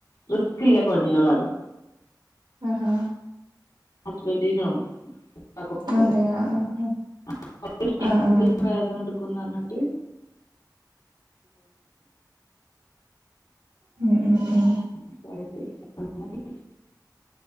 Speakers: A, on the left; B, on the right.
A: റിസ്ക്കുള്ള പണികളാണ്.
B: ആഹ് ആഹ്
A: ഹസ്ബൻഡിനോ മക്കൾക്കൊക്കെ
B: അതെ ആഹ്
A: <unintelligible>
B: ആഹ് ഉം
A: വേദന എടു ക്കൂന്ന് പറഞ്ഞിട്ട്
B: ഉം ഉം ഉം
A: <unintelligible>